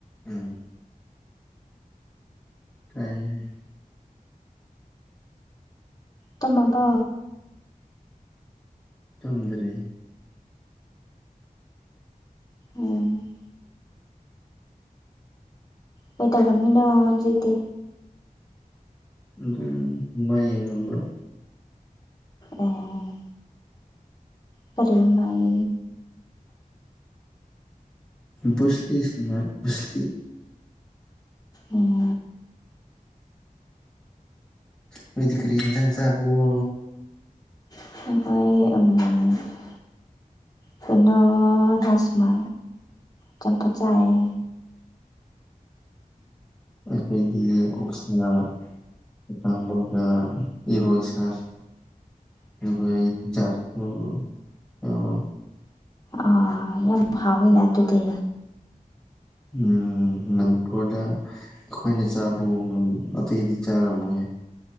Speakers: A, in the centre; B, on the left.
A: ꯎꯝ ꯇꯥꯏ꯫
B: ꯇꯨꯝꯃꯕꯣ꯫
A: ꯇꯨꯝꯗ꯭ꯔꯤ꯫
B: ꯎꯝ ꯀꯩ ꯇꯧꯔꯝꯃꯤꯅꯣ ꯍꯧꯖꯤꯛꯇꯤ꯫
A: ꯑꯗꯨꯝ ꯁꯤꯃꯥ ꯌꯦꯡꯉꯝꯕ꯫
B: ꯑꯦ ꯀꯔꯤ ꯁꯤꯃꯥꯏ
A: ꯕꯨꯁꯂꯤ ꯁꯤꯟꯅꯤꯃ ꯕꯨꯁꯂꯤ꯫
B: ꯎꯝ
A: ꯅꯣꯏꯗꯤ ꯀꯔꯤ ꯍꯤꯡꯖꯥꯡ ꯆꯥꯕꯔꯣ꯫
B: ꯍꯣꯏ ꯍꯣꯏ <unintelligible> ꯑꯗꯨꯅ ꯔꯖꯃ ꯆꯝꯐꯨꯠ ꯆꯌꯦ꯫
A: ꯑꯩꯈꯣꯏꯗꯤ ꯑꯣꯁ꯫ ꯍꯈꯥꯡꯕꯥ ꯏꯔꯣꯏ ꯁꯥꯏ <unintelligible>
B: ꯑ ꯌꯥꯝ ꯍꯥꯎꯏꯅ ꯑꯗꯨꯗꯤ꯫
A: ꯎꯝ ꯃꯅꯤꯄꯨꯔꯗ ꯑꯩꯈꯣꯏꯅ ꯆꯥꯕꯒꯨꯝꯅ ꯑꯇꯩꯗꯤ ꯆꯥꯔꯝꯃꯣꯏ꯫